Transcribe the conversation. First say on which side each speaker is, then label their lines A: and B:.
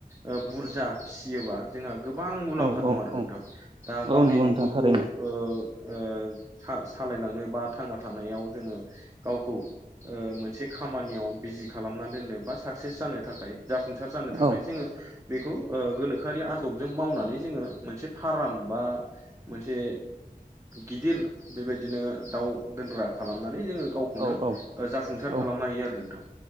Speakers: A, on the right; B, on the right.
A: ओ बुरजा फिसियोबा जोंहा गोबां मुलाम्फा
B: औ
A: दं
B: औ
A: आरो नोंथां
B: औ
A: दा गावनि
B: औ नंगौ
A: न'खरखौ
B: नोंथां थारैनो
A: ओ-ओ सा सालायलांनो बा थांना थानायाव जोङो गावखौ ओ मोनसे खामानियाव बिजि खालामना दोननो बा साक्सेस जानो थाखाय जाफुंसार जानो था
B: औ
A: जोङो बेखौ ओ गोनोखोआरि आदबजों मावनानै जोङो मोनसे फार्म बा मोनसे गिदिर बेबायदिनो दाउ दोनग्रा खालामनानै जोङो गाव खौनो
B: औ औ
A: ओ जाफुंसार
B: औ
A: खालामनो हायो आरो नोंथां